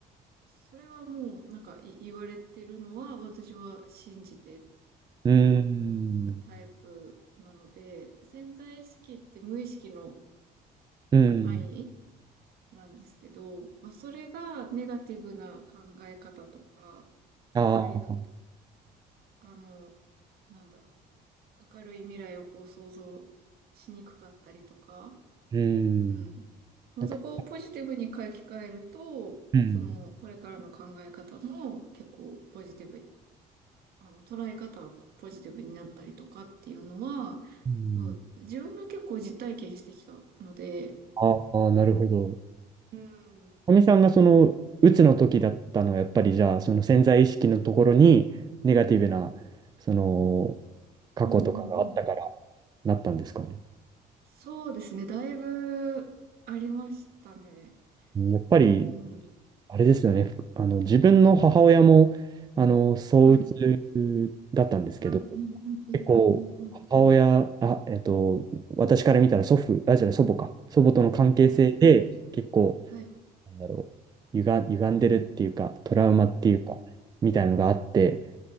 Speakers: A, on the right; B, on the right.
A: それはもうなんかい言われてるのは私は信じて
B: うー
A: る
B: ん。
A: タイプなので、潜在意識って無意識のあの範囲
B: うん。
A: なんですけど、まあ、それがネガティブな考え方とかばっかりだと、
B: ああ。
A: あの、なんだろう、明るい未来をこう想像しにくかったりとか、
B: うん。
A: うん、
B: なんか、
A: そこをポジティブに書き換えると、
B: うん。
A: その、これからの考え方も結構ポジティブに、あの、捉え方がポジティブになったりとかっていうのは、
B: うん。
A: うん、自分が結構実体験してきたので、
B: ああ、なるほど。
A: うん、
B: かみさんがその、うつの時だったのは、やっぱりじゃあ、その潜在意識のところに、ネガティブな、その、過去とかがあったから、
A: うんうんうん。
B: なったんですかね。
A: そうですね、だいぶありましたね。
B: うんやっぱり、
A: うん、
B: あれですよね。あの、自分の母親も、あの、躁鬱だったんですけど、
A: はい。うん、うん、うん、うん、
B: 結構、
A: うん、うん
B: 母親、あ、えっと、私から見たら祖父、あ、じゃない、祖母か。祖母との関係性で、
A: はい、
B: 結構、
A: はい。
B: なんだろう、歪ん、歪んでるっていうか、トラウマっていうか、
A: うん、
B: みたいなのがあって、